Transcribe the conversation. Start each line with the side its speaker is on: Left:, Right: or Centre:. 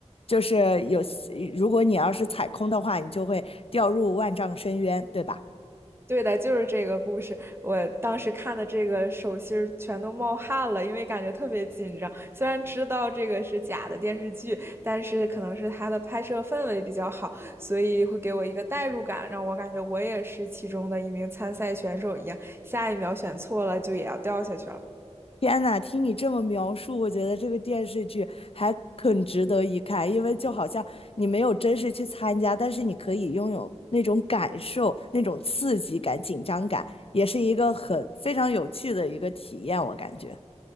Left: 就是有，如果你要是踩空的话，你就会掉入万丈深渊，对吧？
Right: 对的，就是这个故事。我当时看的这个手心儿全都冒汗了，因为感觉特别紧张。虽然知道这个是假的电视剧，但是可能是它的拍摄氛围比较好，所以会给我一个代入感，让我感觉我也是其中的一名参赛选手一样。下一秒选错了，就也要掉下去了。
Left: 天呐，听你这么描述，我觉得这个电视剧还很值得一看，因为就好像你没有真实去参加，但是你可以拥有那种感受、那种刺激感、紧张感，也是一个很非常有趣的一个体验，我感觉。